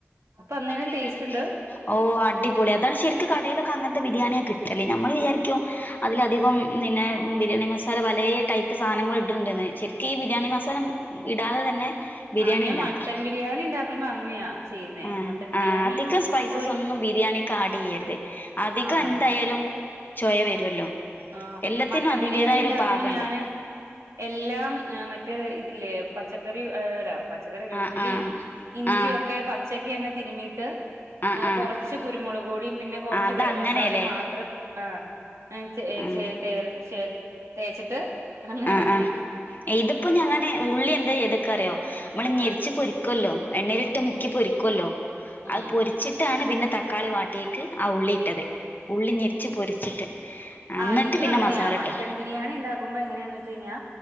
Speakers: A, on the right; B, on the left.
A: അന്നേരം
B: അപ്പൊ എന്നോരാ
A: ടേസ്റ്റ് ഉണ്ട്
B: ടെസ്റ്റ്‌ ഓഹ് അടിപൊളിയാ അതാണ് ശരിക്കും കടയിലൊക്കെ അങ്ങനത്തെ ബിരിയാണിയാ കിട്ടല് ഞമ്മള് വിയാരിക്കും അതിലധികം പിന്നെ ബിരിയാണി മസാല പലെ ടൈപ്പ് സാധനങ്ങള് ഇട്ടിട്ടുണ്ടന്ന് ശരിക്ക് ഈ ബിരിയാണി മസാല- ഇടാതെ തന്നെ ബിരിയാണി
A: ആഹ് ഞാൻ
B: ഇണ്ടാക്കാ
A: മട്ടൻ ബിരിയാണി ഇണ്ടാക്കുമ്പോ അങ്ങനെയാ ചെയ്യുന്നേ
B: ആഹ്
A: മട്ടൻ ബിരിയാണി
B: ആഹ് അധികം സ്പൈസസ്
A: ഒരു
B: ഒന്നും ബിരിയാണി- ആട് ചെയ്യരുത് അധികം
A: ആഹ്
B: എന്തയാലും- ചോയ വരുല്ലോ
A: ആഹ്
B: എല്ലാത്തിനും
A: മട്ടൻ
B: അതിന്റേതായ
A: ബിരിയാണി ഉണ്ടാക്കുമ്പോ
B: ഒരു പാകയുണ്ട്
A: ഞാന് എല്ലാം മറ്റേ ഇതില്ലേ പച്ചക്കറി <unintelligible> പച്ചക്കറി അല്ല
B: ആ
A: ഉള്ളിയും
B: ആ
A: ഇഞ്ചിയും
B: ആ
A: ഒക്കെ പച്ചക്ക് തന്നെ തിരുമീയിട്ട്
B: ആ ആ
A: കൊറച്ച് കുരുമുളക് പൊടിയും പിന്നെ കൊറച്ച്
B: അതങ്ങനെയല്ലേ
A: ഗരം മസാലയും മാത്രം- ആഹ് ഹെ
B: ആ
A: ചെ തേച് തേച്ചിട്ട് അങ്ങനെ
B: ആഹ്
A: വെയ്ക്കും
B: ആഹ് ഇതിപ്പോ ഞാന് ഉള്ളി എന്താ ചെയ്ത്ക്കാ അറിയാവോ നമ്മള് ഞെരിച്ച്-
A: ആഹ്
B: പൊരിക്കല്ലോ എണ്ണയിലിട്ട് മുക്കി
A: ഉം
B: പൊരിക്കല്ലോ അത്
A: ഉം
B: പൊരി - പൊരിച്ചിട്ടാണ് പിന്നെ തക്കാളി വാട്ടിയക്ക് ആഹ് ഉള്ളി ഇട്ടത് ഉള്ളി ഞെരിച്ച് പൊരിച്ചിട്ട്- എന്നിട്ട്
A: ആഹ് ഇതും
B: പിന്നെ
A: അങ്ങനെയാ
B: മസാല
A: മട്ടൺ
B: ഇട്ടു
A: ബിരിയാണി ഉണ്ടാക്കുമ്പോ എങ്ങനാന്ന് വെച്ച് കഴിഞ്ഞാ